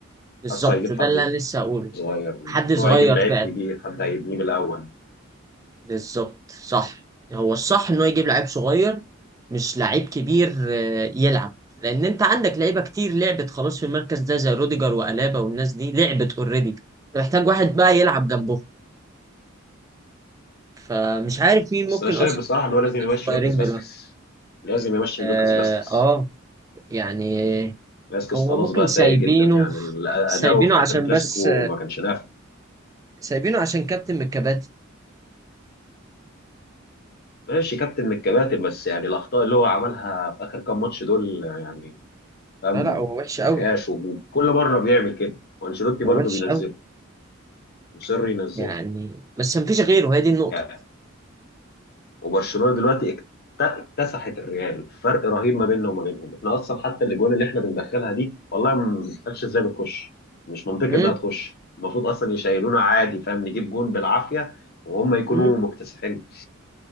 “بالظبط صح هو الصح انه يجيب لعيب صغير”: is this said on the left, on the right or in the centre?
Right